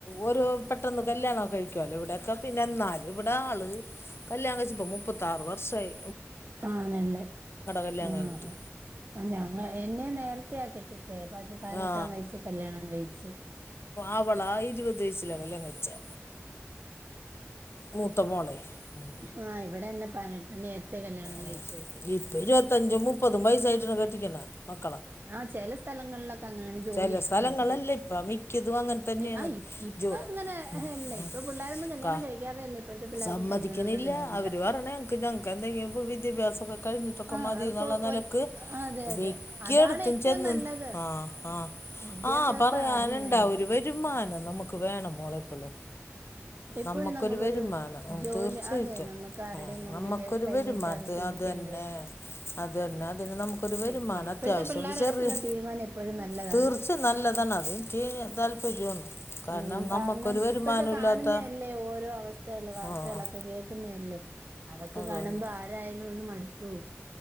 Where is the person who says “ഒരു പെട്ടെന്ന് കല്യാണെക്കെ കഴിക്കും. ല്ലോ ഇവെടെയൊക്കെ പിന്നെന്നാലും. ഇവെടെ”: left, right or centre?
Left